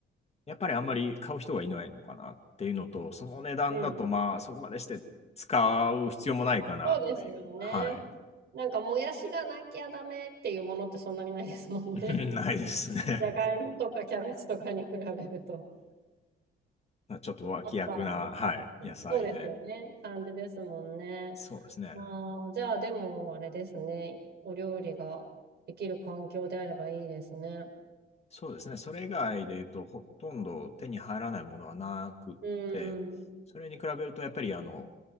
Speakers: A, on the left (about 30°); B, on the right (about 55°).
A: やっぱりあんまり買う人がいないのかなっていうのと、その値段だと、
B: うん。
A: まあ、そこまでして使う必要もないかなっていう。
B: そうですよね。
A: はい。
B: なんか、もやしがなきゃダメっていうものってそんなにないですもんね。
A: <laughs> ないですね。
B: <laughs> じゃがいもとかキャベツとかに比べると。
A: <laughs> ちょっと脇役な、
B: あったらありがたいっていう。
A: はい、野菜で。
B: そうですよね。感じですもんね。
A: そうですね。
B: ああ、じゃあでもあれですね。お料理ができる環境であればいいですね。
A: そうですね。それ以外で言うと、ほとんど手に入らないものはなくって、
B: うん。
A: それに比べると、やっぱりあの、